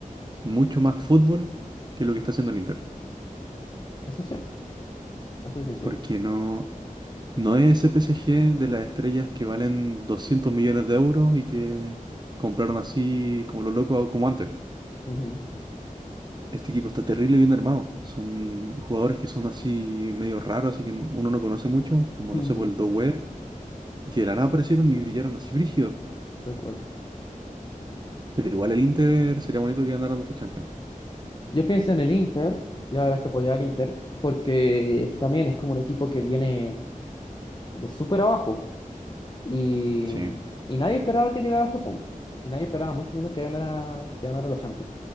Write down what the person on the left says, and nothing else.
Eso es cierto, eso sí es cierto.
Ujú,
<laughs>
Mm,
Sí,
tal cual.
Yo pienso en el Inter, la verdad es que apoyaba al Inter, porque también es como un equipo que viene de súper abajo y,
y nadie esperaba que llegara a este punto. Y nadie esperaba, mucho menos que ganara, que ganara la Champions.